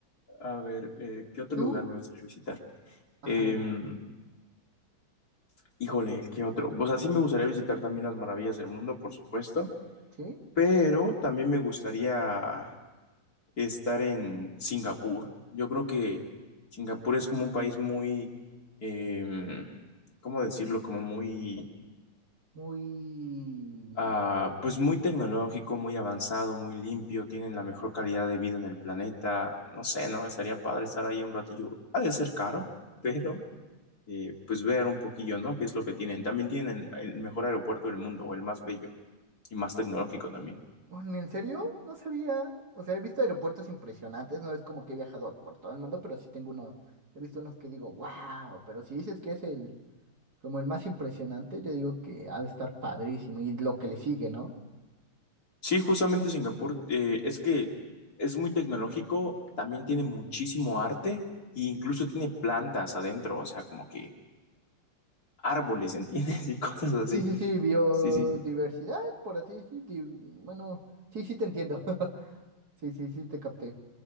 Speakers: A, on the left (about 45°); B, on the right (about 45°).
A: A ver, eh, ¿qué otro
B: Tú,
A: lugar me gustaría visitar?
B: ajá,
A: Em, híjole, ¿qué otro? Pues así me gustaría visitar también las maravillas del mundo, por supuesto.
B: sí,
A: pero también me gustaría estar en Singapur. Yo creo que Singapur es como un país muy, em, ¿cómo decirlo? Como muy,
B: muy...
A: ah, pues muy tecnológico, muy avanzado, muy limpio, tienen la mejor calidad de vida en el planeta. No sé, ¿no? Estaría padre estar ahí un ratillo. Ha de ser caro, <laughs> pero eh, pues ver un poquillo, ¿no? ¿Qué es lo que tienen? También tienen el el mejor aeropuerto del mundo, o el más bello y más tecnológico también.
B: un- ¿En serio? No sabía. O sea, he visto aeropuertos impresionantes, no es como que he viajado por todo el mundo, pero sí tengo uno, he visto unos que digo, wow, pero si dices que es el... Como el más impresionante, yo digo que ha de estar padrísimo y lo que le sigue, ¿no?
A: Sí, justamente Singapur, eh, es que es muy tecnológico, también tiene muchísimo arte e incluso tiene plantas adentro, o sea, como que árboles, ¿entiendes? <laughs> Y cosas así.
B: Sí, sí, sí, biodiversidad,
A: Sí, sí,
B: por así decir. di- Bueno, sí, sí, te entiendo. <laughs> Sí, sí, sí, te capté.